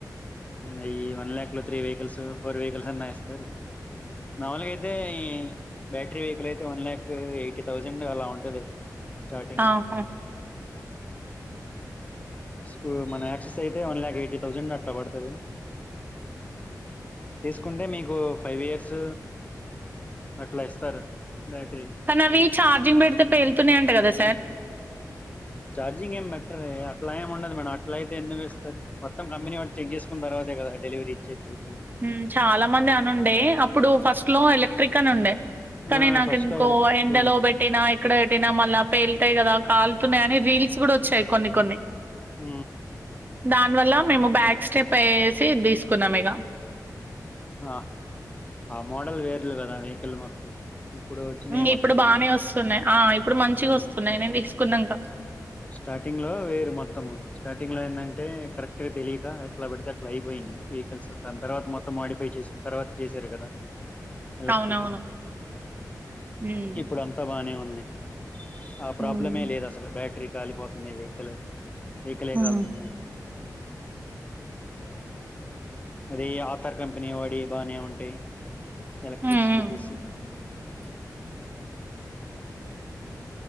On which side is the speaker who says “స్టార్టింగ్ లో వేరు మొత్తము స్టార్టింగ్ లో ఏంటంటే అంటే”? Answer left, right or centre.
Left